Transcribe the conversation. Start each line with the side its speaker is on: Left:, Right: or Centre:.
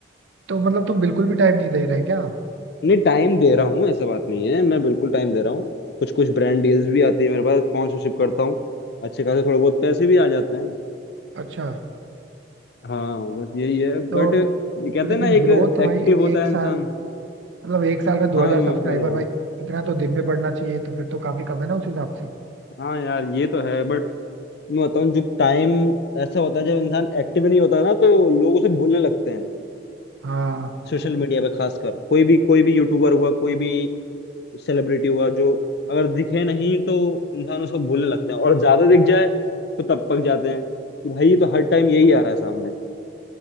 Right: तो मतलब तुम बिल्कुल भी टाइम नहीं दे रहे क्या
Left: नहीं टाइम दे रहा हूँ ऐसा बात नहीं है मैं बिल्कुल टाइम दे रहा हूँ कुछ कुछ ब्रांड डील्स भी आती है मेरे पास स्पॉन्सरशिप करता हूँ अच्छे खासे थोड़े बहुत पैसे भी आ जाते हैं
Right: अच्छा
Left: हाँ बस यही है
Right: तो
Left: बट ये कहते
Right: लेकिन
Left: हैं ना एक
Right: ग्रोथ भाई
Left: एक्टिव होता
Right: एक
Left: है
Right: साल
Left: इंसान
Right: मतलब एक साल में दो
Left: हाँ
Right: हजार
Left: मैं
Right: सब्सक्राइबर
Left: समझ रहा
Right: भाई
Left: हूँ
Right: इतना तो दिन में बढ़ना चाहिए तो फिर तो काफी कम है ना उस हिसाब से
Left: हाँ यार ये तो है बट मैं बताऊँ जब टाइम ऐसा होता है जब इंसान एक्टिव नहीं होता ना तो लोग उसे भूलने लगते हैं
Right: हाँ
Left: सोशल मीडिया पे खासकर कोई भी कोई भी यूट्यूबर हुआ कोई भी सेलिब्रिटी हुआ जो अगर दिखे नहीं तो इंसान उसको भूलने लगते हैं और ज्यादा दिख जाए तो तब पक जाते हैं कि भाई ये तो हर टाइम यही आ रहा है सामने